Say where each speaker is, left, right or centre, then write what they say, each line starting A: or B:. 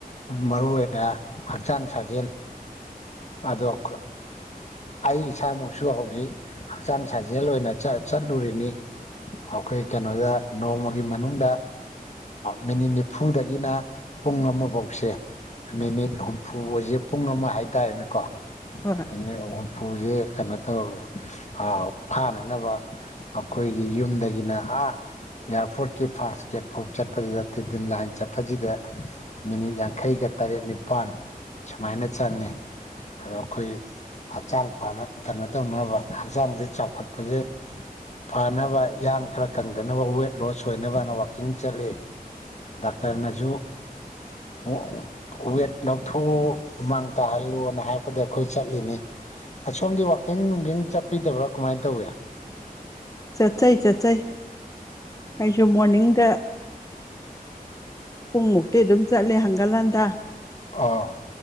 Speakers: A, on the left; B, on the left.
A: ꯃꯔꯨ ꯑꯣꯏꯅ ꯍꯛꯆꯥꯡ ꯁꯥꯖꯦꯜ ꯑꯗ ꯑꯣꯀ ꯑꯩ ꯏꯁꯥꯃꯛꯁꯨ ꯍꯧꯖꯤꯛ ꯍꯛꯆꯥꯡ ꯁꯥꯖꯦꯜ ꯑꯣꯏꯅ ꯆꯠꯂꯨꯔꯤꯅꯤ ꯑꯩꯈꯣꯏ ꯀꯩꯅꯣꯗ ꯅꯣꯡꯃꯒꯤ ꯃꯅꯨꯡꯗ ꯃꯤꯅꯤꯠ ꯅꯤꯐꯨꯗꯒꯤꯅ ꯄꯨꯡ ꯑꯃꯐꯥꯎꯁꯦ ꯃꯤꯅꯤꯠ ꯍꯨꯝꯐꯨꯁꯦ ꯄꯨꯡ ꯑꯃ ꯍꯥꯏꯇꯥꯔꯦꯅꯦꯀꯣ <inaudible>
B: ꯍꯣꯏ
A: ꯎꯐꯨꯁꯦ ꯀꯩꯅꯣ ꯇꯧꯔꯒ ꯐꯥꯅꯅꯕ ꯑꯩꯈꯣꯏꯒꯤ ꯌꯨꯝꯗꯒꯤꯅ ꯑ ꯏꯌꯥꯔꯄꯣꯔꯠꯀꯤ ꯐꯥꯁ ꯒꯦꯠ ꯐꯥꯎ ꯆꯠꯄꯁꯤꯗ ꯇꯤꯟ ꯇꯤꯟ ꯂꯥꯏꯟ ꯆꯠꯄꯁꯤꯗ ꯃꯤꯅꯤꯠ ꯌꯥꯡꯈꯩꯒ ꯇꯔꯦꯠ ꯅꯤꯄꯥꯜ ꯁꯨꯃꯥꯏꯅ ꯆꯪꯉꯤ ꯑꯗꯣ ꯑꯩꯈꯣꯏ ꯍꯛꯆꯥꯡ ꯐꯅ ꯀꯩꯅꯣ ꯇꯧꯅꯕ ꯍꯛꯆꯥꯡꯁ ꯆꯥꯎꯈꯠꯄꯁꯦ ꯐꯅꯕ ꯏꯌꯥꯡ ꯈꯔ ꯀꯪꯗꯅꯕ ꯋꯦꯠ ꯂꯣꯁ ꯑꯣꯏꯅꯕꯅ ꯋꯥꯛꯀꯤꯡ ꯆꯠꯂꯤ ꯗꯥꯛꯇꯔꯅꯁꯨꯨ
B: <inaudible>
A: ꯑꯣ ꯋꯦꯠ ꯂꯧꯊꯣꯛꯎ ꯍꯨꯃꯥꯡ ꯇꯥꯍꯜꯂꯨꯅ ꯍꯥꯏꯔꯛꯄꯗ ꯑꯩꯈꯣꯏ ꯆꯠꯂꯤꯅꯤ ꯑꯁꯣꯝꯒꯤ ꯋꯥꯈꯩ ꯏꯤꯟ ꯅꯨꯡꯊꯡ ꯆꯠꯄꯤꯗꯕ꯭ꯔꯥ ꯀꯃꯥꯏꯅ ꯇꯧꯋꯤ
B: ꯆꯠꯆꯩ ꯆꯠꯆꯩ ꯑꯩꯁꯨ ꯃꯣꯔꯅꯤꯡꯗ ꯄꯨꯡꯃꯨꯛꯇꯤ ꯑꯗꯨꯝ ꯆꯠꯂꯦ ꯍꯪꯒꯥ ꯂꯥꯟꯗ
A: ꯑꯥ